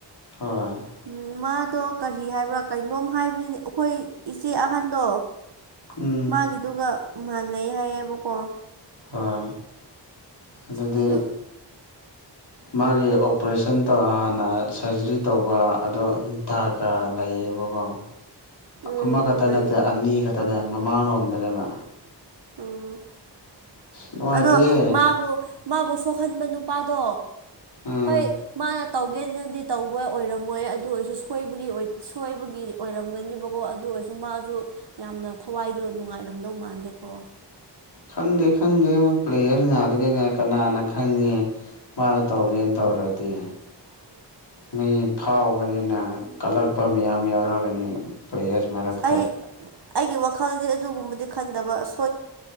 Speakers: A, on the left; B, on the right.
A: ꯍꯣꯏ
B: ꯎꯝ ꯃꯥꯗꯣ ꯀꯔꯤ ꯍꯥꯏꯕ꯭ꯔꯥ ꯀꯩꯅꯣꯝ ꯍꯥꯏꯕꯅꯤꯅꯦ ꯑꯩꯈꯣꯏ ꯏꯆꯦ ꯑꯍꯟꯗꯣ
A: ꯎꯝ
B: ꯃꯥꯒꯤꯗꯨꯒ ꯃꯥꯟꯅꯩ ꯍꯥꯏꯌꯦꯕꯀꯣ
A: ꯍꯣꯏ ꯑꯗꯨꯗꯤ
B: ꯑꯗꯣ
A: ꯃꯥꯒꯤ ꯑꯣꯄꯔꯦꯁꯟ ꯇꯧꯔ ꯍꯥꯟꯅ ꯁꯔꯖꯔꯤ ꯇꯧꯕ ꯑꯗꯣ ꯊꯀ ꯂꯩꯌꯦꯕ ꯀꯣ
B: ꯎꯝ
A: ꯑꯃꯈꯛꯇ
B: ꯂꯩꯍꯦ
A: ꯅꯠꯇꯦ ꯑꯅꯤ ꯈꯛꯇꯅꯦ ꯃꯃꯥꯡꯂꯣꯝꯗꯅꯦꯕ
B: <inaudible>
A: ꯅꯨꯡꯉꯥꯏꯇꯦꯍꯦ
B: ꯑꯗꯣ ꯃꯥꯕꯨ ꯃꯥꯕꯨ ꯁꯣꯛꯍꯟꯕ ꯅꯨꯄꯥꯗꯣ
A: ꯎꯝ
B: ꯍꯣꯏ ꯃꯥꯅ ꯇꯧꯒꯦꯗꯅꯗꯤ ꯇꯧꯕ ꯑꯣꯏꯔꯝꯃꯣꯏ ꯑꯗꯨ ꯑꯣꯏꯔꯁꯨ ꯁꯣꯏꯕꯒꯤ ꯁꯣꯏꯕꯒꯤ ꯑꯣꯏꯔꯝꯒꯅꯤꯕꯀꯣ ꯑꯗꯨ ꯑꯣꯏꯁꯨ ꯃꯥꯁꯨ ꯌꯥꯝꯅ ꯊꯋꯥꯏꯗꯣ ꯅꯨꯡꯉꯥꯏꯔꯝꯗꯧ ꯃꯥꯟꯗꯦꯀꯣ
A: ꯈꯪꯗꯦ ꯈꯪꯗꯦ ꯃꯣꯏ ꯄ꯭ꯂꯦꯌ꯭ꯔ ꯉꯥꯛꯇꯅꯤꯅꯦ ꯀꯅꯥꯅ ꯈꯪꯉꯦ ꯃꯥꯅ ꯇꯧꯒꯦꯅ ꯇꯧꯔ ꯑꯗꯤ
B: <inaudible>
A: ꯃꯤ ꯐꯥꯎꯕꯅꯤꯅ ꯀꯜꯂꯛꯄ ꯃꯤꯌꯥꯝ ꯌꯥꯎꯔꯒꯅꯤ ꯄ꯭ꯂꯦꯌꯔꯁ ꯃꯔꯛꯇ
B: ꯑꯩ ꯑꯩꯒꯤ ꯋꯥꯈꯜꯗꯤ ꯑꯗꯨꯒꯨꯝꯕꯗꯤ ꯈꯟꯗꯕ ꯑ꯭ꯁ